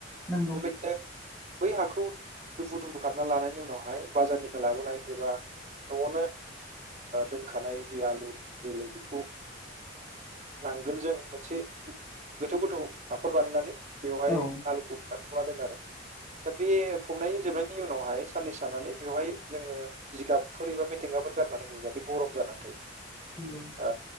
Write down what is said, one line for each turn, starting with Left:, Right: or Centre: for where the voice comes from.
Left: नंगौ
Right: बेबायदिनो बै हाखौ दुफु दुफु खालामना लानायनि उनावहाय बाजारनिफ्राय लाबोनाय एबा न'आवनो दोनखानाय जि आलुनि जोलै बेखौ नांगोलजों मोनसे गोथौ गोथौ हाखर बानायनानै बेवहाय
Left: औ
Right: आलुखौ दा फबना दोन आरो दा बे फबनाय जोबनायनि उनावहाय साननैसो थानानै बेवहाय जोङो जिगाबफोर एबा मिथिंगाफोर गारनानै होयो जाहाथे गरम जानानै थायो
Left: नंगौ
Right: ओ